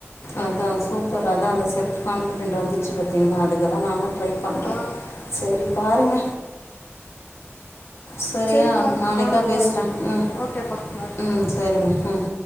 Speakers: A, on the left (about 35°); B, on the left (about 75°).
A: ஆம்
B: அதா சூப்பர் அதா அந்த செல் கான்ஃபிடென்ட் வந்து வச்சு பாத்தீங்னா அதுக்கு தா நானு ட்ரை பண்ற
A: ஆ
B: செரி பாருங்க சரியா
A: சரிப்பா
B: நாளைக்கா
A: ஆ
B: பேசுற
A: பாருங்க
B: உம்
A: ஓகேப்பா பா
B: உம்
A: ஆ
B: சரிமா உம்